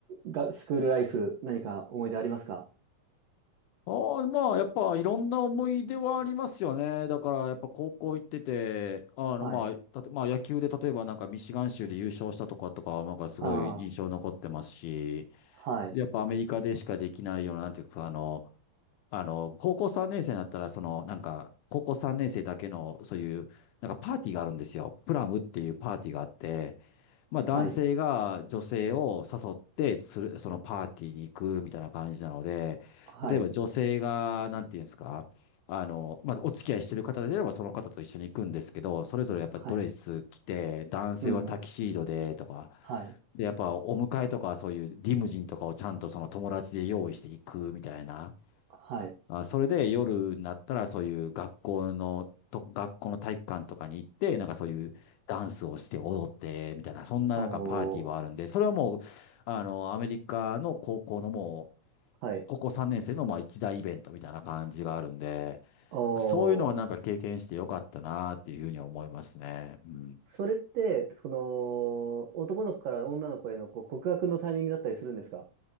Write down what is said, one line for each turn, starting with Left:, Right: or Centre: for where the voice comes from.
Right: が、スクールライフ、何か思い出ありますか
Left: ああ、まあ、やっぱいろんな思い出はありますよね。だから、やっぱ高校行ってて、あの、
Right: はい。
Left: まあ、たとまあ、野球で例えばなんかミシガン州で優勝したとかとかは、なんかすごい印象残ってますし、
Right: ああ、はい。
Left: でやっぱアメリカでしかできないような、なんていうか、あの、あの、高校3年生になったら、その、なんか、高校3年生だけの、そういう、なんかパーティーがあるんですよ。プラムっていうパーティーがあって、まあ男性が女性を誘ってつる、
Right: はい。
Left: そのパーティーに行くみたいな感じなので、
Right: はい。
Left: 例えば女性が、なんていうんですか、あの、まあお付き合いしてる方であればその方と一緒に行くんですけど、それぞれやっぱドレス着て、
Right: はい。
Left: 男性はタキシードでとか、
Right: うん、うん。はい。
Left: で、やっぱお迎えとかそういうリムジンとかをちゃんとその友達で用意していくみたいな。
Right: はい。
Left: あ、それで夜になったらそういう学校の、と、学校の体育館とかに行って、なんかそういうダンスをして踊って、みたいな、そんななんかパーティーはあるんで、
Right: おー。
Left: それはもう、あの、アメリカの高校のもう、
Right: はい。
Left: 高校3年生のまあ一大イベントみたいな感じがあるんで、
Right: おー。
Left: そういうのはなんか経験してよかったなっていうふうに思いますね。うん。
Right: それって、この、男の子から女の子へのこう告白のタイミングだったりするんですか